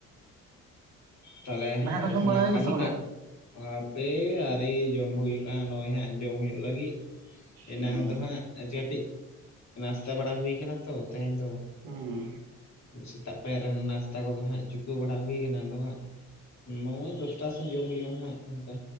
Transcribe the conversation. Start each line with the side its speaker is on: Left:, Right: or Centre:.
Left: ᱛᱟᱦᱚᱞᱮ
Right: ᱫᱟᱠᱟ ᱠᱚ ᱡᱚᱢ
Left: ᱚᱱᱟ
Right: ᱵᱟᱲᱟ ᱦᱩᱭᱱᱟ
Left: ᱠᱟᱹᱢᱤ
Right: ᱥᱮ ᱵᱟᱝᱟ
Left: ᱠᱟᱹᱡᱽ ᱚ ᱟᱯᱮ ᱟᱨᱤ ᱡᱚᱢ ᱦᱩᱭᱩᱜᱼᱟ, ᱱᱚᱜᱼᱚᱭ ᱦᱟᱸᱜ ᱡᱚᱢ ᱦᱩᱭᱩᱜ ᱞᱟᱹᱜᱤᱜ᱾ ᱮᱱᱟᱝ
Right: ᱦᱩᱸ
Left: ᱫᱚ ᱦᱟᱸᱜ ᱠᱟᱹᱴᱤᱡ ᱱᱟᱥᱛᱟ ᱵᱟᱲᱟ ᱦᱩᱭ ᱠᱟᱱᱟ ᱛᱚ ᱛᱮᱦᱮᱧ ᱫᱚ᱾
Right: ᱦᱩᱸᱻ
Left: ᱥᱮᱛᱟᱜ ᱯᱟᱭᱟᱨ ᱨᱮᱱ ᱱᱟᱥᱛᱟ ᱠᱚᱫᱚ ᱦᱟᱸᱜ ᱪᱩᱠᱟᱹᱣ ᱵᱟᱰᱟ ᱦᱩᱭ ᱠᱟᱱᱟ᱾ ᱟᱫᱚ ᱦᱟᱸᱜ ᱱᱚᱭ ᱫᱚᱥᱴᱟ ᱥᱮᱱ ᱡᱚᱢ ᱦᱩᱭᱩᱜᱼᱟ ᱦᱟᱸᱜ ᱚᱱᱠᱟ᱾